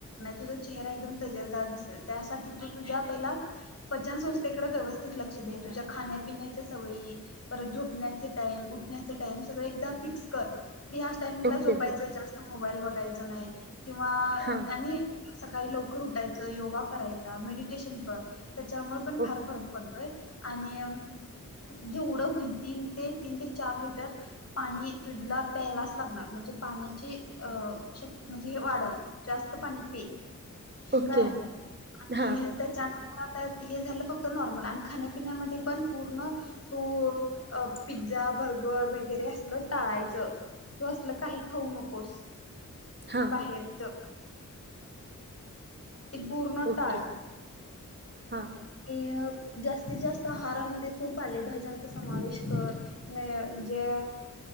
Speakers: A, on the left; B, on the right.
A: तुझा चेहरा एकदम तजेलदार दिसेल त्या साठी तु तुझ्या पहिला पचन संस्थेकड व्यवस्थीत लक्ष दे तुझ्या खाण्यापिण्याच्या सवयी परत झोपण्याच टाईम उ -- उठण्याच टाईम सगळ एकदा फिक्स कर. ह्याच टायमिंग
B: ओके
A: ला झोपायच जास्त मोबाईल बगायचा नाही. <unintelligible> किंवा
B: हां
A: आणि सकाळी लवकर उठायचं, योगा करायचा मेडिटेशन कर. त्याच्यामुळे पण
B: ओके
A: फार फरक पडतोय आणि जेवड होईल तीन ते तीन ते चार लिटर पाणी तुला प्यायलाच लागणार, म्हणजे पाण्याची श्य म्हणजे हे वाढव जास्त पाणी पी.
B: ओके
A: काय आणि
B: हां
A: त्याच्या आता हे झालं फक्त नॉर्मल आणि खाण्यापिण्यामध्ये पण पूर्ण तो पी जा बर्गर वगैरे असल टाळायचं, यातू असल काही खाऊ नकोस.
B: हां
A: बाहेरच. ति पूर्णटाळ
B: ओके हां
A: ए ह जास्तीत जास्त आहारामध्ये तू पालेभाज्यांचा समावेश कर, नाही जे